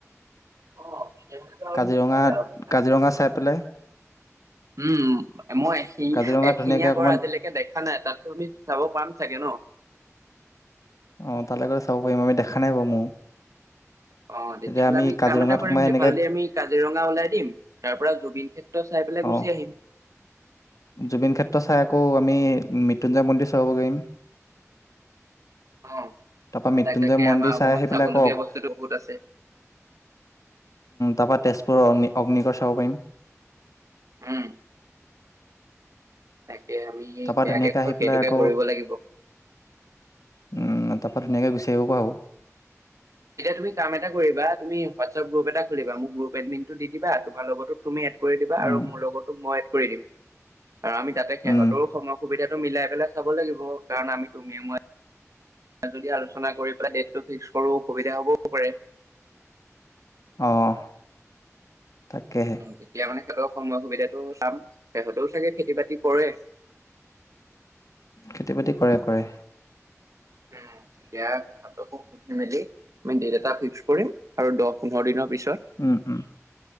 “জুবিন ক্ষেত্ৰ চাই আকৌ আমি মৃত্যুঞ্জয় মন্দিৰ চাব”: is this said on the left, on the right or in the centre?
Left